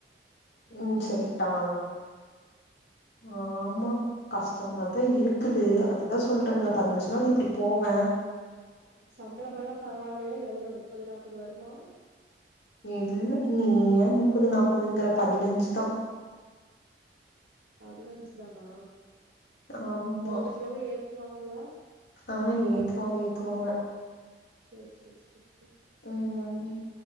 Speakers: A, on the left; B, on the right.
A: உம் சொல்டாளா ஆமா கஷ் ஷ்டமாதா இருக்குது அதுதா சொல்றன்ல பதினஞ்சு நாள் இப்டி போவ
B: சம்பளமல்லா பரவால்லையா எவ்ளோ னுப்பது நாப்பது வருமா
A: இல்ல நீ ஏ முப்பது நாப்பதுங்கற பதினஞ்சுதா
B: பதினஞ்சு தானா
A: ஆமா
B: போக போக ஏத்துவாங்ளா
A: ஆஹ் ஏத்துவாங்க ஏத்துவாங்க
B: செரி செரி செரி செரி
A: ஹ்ம்